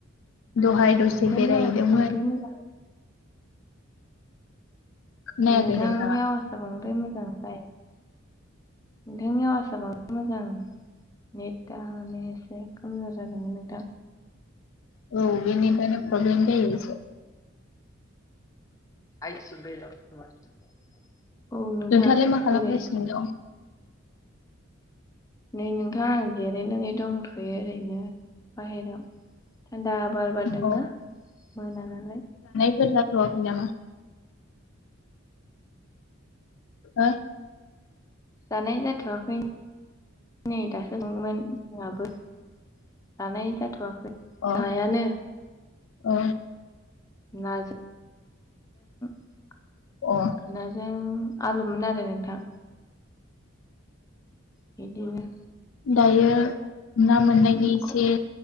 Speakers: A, on the left; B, on the left.
A: दहाय दसे
B: नोंथांनि
A: बेरायहैदोंमोन
B: आवाजआ बांद्राय मोजां
A: खोनायाखै
B: नोंथांनि
A: नोंथाङा
B: आवाजआ बांद्राय मोजां जायाखै नोंथांनि आवाजआ बांद्राय मोजां नेटा माने एसे खमजर जादोंमोन नोंथां
A: औ बे नेटानो प्रब्लेम जायो एसे
B: आइस बे द सम <unintelligible> औ नोंथां
A: नोंथाङालाय मा खालामगासिनो
B: बोरै?
A: दं
B: नै नोंथां आं जिरायनानै दंथ'यो ओरैनो बाहेराव थान्दा बार बारदोंना
A: अ
B: मोना नालाय?
A: जाथ'खैनामा? हो
B: जानाय जाथ'वाखै नै दासो सोंदोंमोन जोंहाबो जानाय जाथ'वाखै
A: अ
B: नायानो
A: ओ
B: ना जों <unintelligible>
A: अ
B: नाजों आलुमोन आरो नोंथां बिदिनो
A: दायो ना मोननायनि इसे
B: खबर